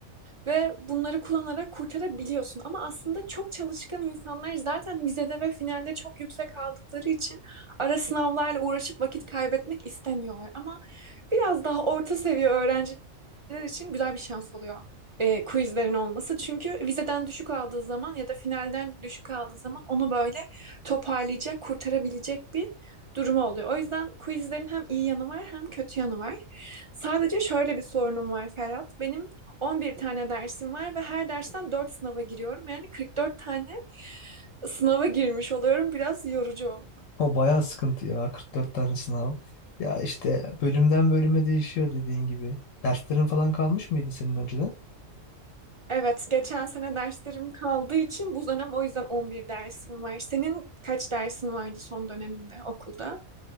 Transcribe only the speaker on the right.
ve bunları kullanarak kurtarabiliyorsun. Ama aslında çok çalışkan insanlar zaten vizede ve finalde çok yüksek aldıkları için ara sınavlarla uğraşıp vakit kaybetmek istemiyorlar. Ama biraz daha orta seviye öğrenciler için güzel bir şans oluyor e, quizlerin olması. Çünkü vizeden düşük aldığı zaman ya da finalden düşük aldığı zaman onu böyle toparlayacak, kurtarabilecek bir durumu oluyor. O yüzden quizlerin hem iyi yanı var hem kötü yanı var. Sadece şöyle bir sorunum var Ferhat. Benim 11 tane dersim var ve her dersten 4 sınava giriyorum. Yani 44 tane sınava girmiş oluyorum. Biraz yorucu
Evet, geçen sene derslerim kaldığı için bu dönem o yüzden 11 dersim var. Senin kaç dersin vardı son döneminde okulda?